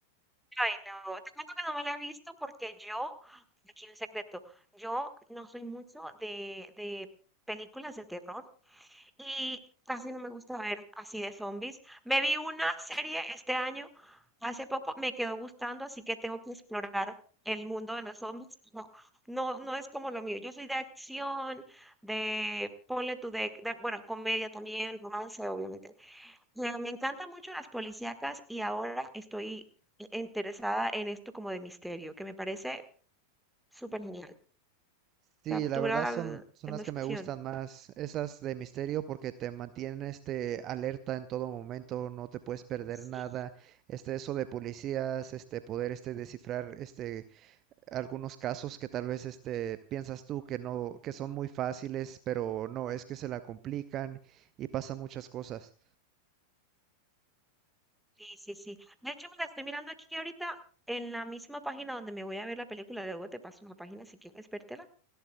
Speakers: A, in the centre; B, on the right.
A: Ay, no, te cuento que no me la he visto porque yo, aquí un secreto, yo no soy mucho de, de películas de terror y casi no me gusta ver así de zombies. Me vi una serie este año, hace poco me quedó gustando, así que tengo que explorar el mundo de los zombies. No, no, no es como lo mío. Yo soy de acción, de, ponle tú, de, de, bueno, comedia también, romance, obviamente. Eh, Me encantan mucho las policíacas y ahora estoy i- interesada en esto como de misterio, que me parece súper genial.
B: Sí,
A: Captura
B: la verdad son,
A: la
B: son las
A: emoción.
B: que me gustan más, esas de misterio porque te mantienen este alerta en todo momento, no te puedes perder
A: Sí,
B: nada, este eso de policías, este poder este descifrar este algunos casos que tal vez este piensas tú que no, que son muy fáciles, pero no, es que se la complican y pasan muchas cosas.
A: sí, sí, sí. De hecho, me la estoy mirando aquí ahorita en la misma página donde me voy a ver la película. Luego te paso la página si quieres vértela.